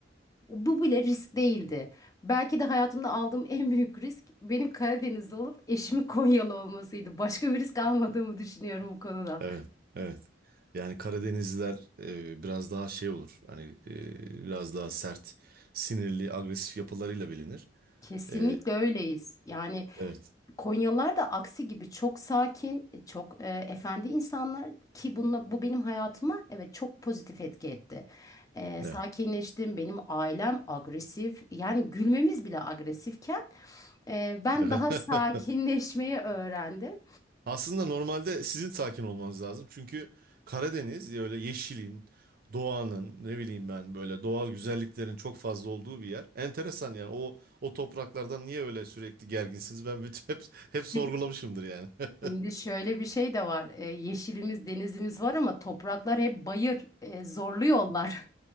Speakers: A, on the left; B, on the right.
A: bu bile risk değildi. Belki de hayatımda aldığım en büyük risk benim Karadenizli olup eşimin Konyalı olmasıydı. Başka bir risk almadığımı düşünüyorum bu konuda.
B: Evet, evet. Yani Karadenizliler e, biraz daha şey olur. Hani e, biraz daha sert, sinirli, agresif yapılarıyla bilinir.
A: Kesinlikle
B: E,
A: öyleyiz. Yani
B: evet,
A: Konyalılar da aksi gibi çok sakin, e, çok e, efendi insanlar ki bununla, bu benim hayatıma evet çok pozitif etki etti. E,
B: evet.
A: sakinleştim, benim ailem agresif yani gülmemiz bile agresifken e, ben
B: <laughs>
A: daha sakinleşmeyi öğrendim.
B: Aslında normalde sizin sakin olmanız lazım. Çünkü Karadeniz öyle yeşilin, doğanın, ne bileyim ben böyle doğal güzelliklerin çok fazla olduğu bir yer. Enteresan yani o o topraklardan niye öyle sürekli gerginsiniz? Ben bütün hep hep sorgulamışımdır
A: Şimdi
B: yani.
A: şimdi
B: <laughs>
A: şöyle bir şey de var. E, yeşilimiz, denizimiz var ama topraklar hep bayır, e, zorlu yollar.